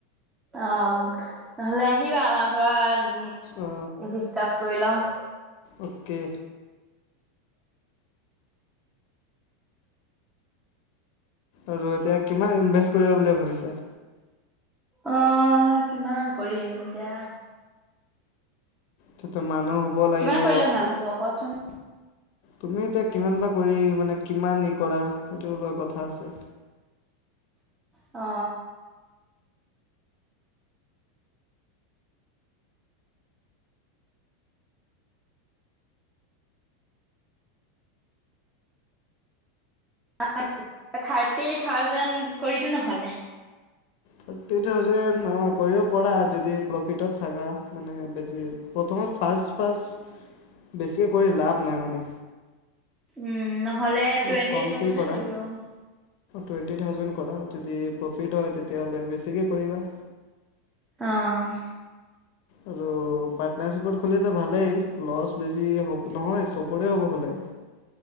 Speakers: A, on the right; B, on the left.
A: অ নহ'লে আহিবা আমাৰ ঘৰত
B: অ
A: ডিছকাছ কৰি ল'ওঁ
B: অ'কে আৰু এতিয়া কিমান ইনভেষ্ট কৰিবা বুলি ভাবিছা
A: অহ কিমান কৰিম এতিয়া
B: তোটো মানুহ হ'ব লাগিব
A: কিমান কৰিলে ভাল হব কোৱাচোন
B: তুমি এতিয়া কিমান বা কৰি মানে কিমান ই কৰা সেইটো লোৱা কথা আছে
A: অ <unintelligible> থাৰ্টি থাউজেণ্ড কৰিদিওঁ নহলে
B: থাৰ্টি থাউজেণ্ড অ কৰিব পৰা যদি প্ৰফিট থাকা মানে বেছি প্ৰথমত ফাৰ্ষ্ট ফাৰ্ষ্ট বেছিকে কৰি লাভ নাই মানে
A: উম, ন হ'লে
B: অলপ
A: টুৱেণ্টি
B: কমকেই
A: থাউজেনে
B: কৰা
A: কৰি দিওঁ অ'।
B: টুৱেণ্টি থাউজেণ্ড কৰা, যদি প্ৰফিট হয় তেতিয়া হ'লে বেছিকে কৰিবা।
A: অ'
B: আৰু পাৰ্টনাৰশ্বিপত খুলিলেটো ভালেই, লছ বেছি হ'ব-নহয়, চ'বৰে হ'ব হলে।